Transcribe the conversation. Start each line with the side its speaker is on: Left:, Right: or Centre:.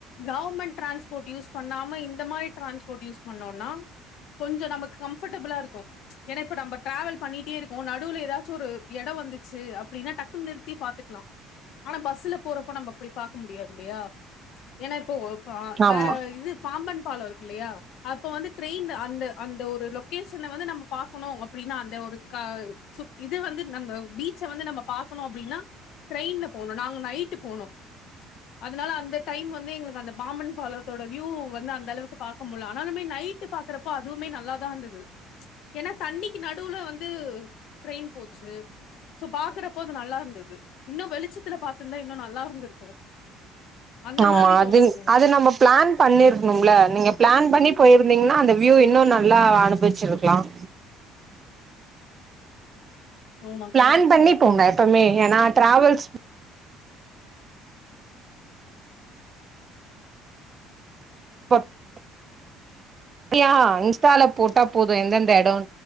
Left: கவர்மெண்ட் டிரான்ஸ்போர்ட் யூஸ் பண்ணாம இந்த மாதிரி டிரான்ஸ்போர்ட் யூஸ் பண்ணோனா கொஞ்சம் நமக்கு கம்ஃர்டபிள்ளா இருக்கும் ஏனா இப்ப நம்ம டிரவல் பண்ணிட்டே இருக்கும் நடுவுல நடுல ஏதாச்சும் ஒரு இடம் வந்துச்சு அப்படின்னா டக்கு நிறுத்தி பாத்துக்கலாம் ஆனா பஸ்ல போறப்ப நம்ம அப்படி பார்க்க முடியாது இல்லையா ஏன்னா இப்போ
Right: ஆமா
Left: வேற இது பாம்பன் பாலம் இருக்கு இல்லையா அப்ப வந்து ட்ரெயின்ல அந்த அந்த ஒரு லொக்கேஷன் வந்து நம்மப பா க்கணும் அப்படின்னா அந்த ஒரு க இது வந்து நம்ம பீச்ச வந்து நம்ம பாக்கணும் அப்படின்னா ட்ரெயின்ல போனோம் நாங்க நைட்டு போனோம் அதன்னால அந்த டைம் வந்து எங்களுக்கு அந்த பாம்பன் பாலத்தோட வியூ வந்து அந்த அளவுக்கு பாக்க முடியல ஆனாலுமே நைட் பாக்குறப்போ அதுவுமே நல்லாதான் இருந்தது ஏன்னா தண்ணிக்கு நடுவுல வந்து போச்சு சோ பாக்குறப்போ அது நல்லா இருந்தது இன்னு வெளிச்சத்துல பாத்துருந்தா இன்னு நல்லா இருந்திருக்கு அந்த
Right: ஆமா
Left: மாதிரி
Right: அது
Left: தோணுச்சு எனக்கு
Right: அது நம்ம பிளான் பண்ணிருந்தோம்ல நீங்க பிளான் பண்ணி போயிருந்தீங்கன்னா அந்த கியூ இன்னும் நல்லா அனுபிச்சிருக்கலாம்
Left: ஆமா
Right: பிளான்
Left: கரெக்ட்
Right: பண்ணி
Left: கரெக்ட்டுங்க
Right: போங்க எப்பவுமே ஏன்னா டிராவல்ஸ் <unintelligible> யா இன்ஸ்டால போட்டா போதும் எந்தெந்த இடம்